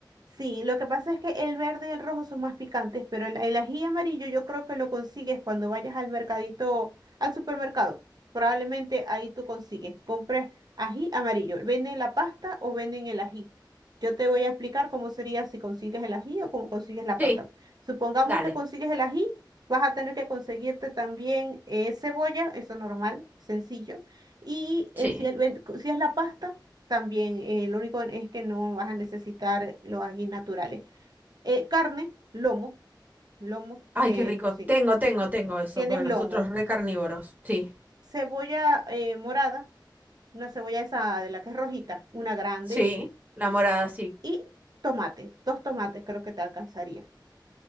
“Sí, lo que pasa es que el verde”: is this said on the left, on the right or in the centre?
Right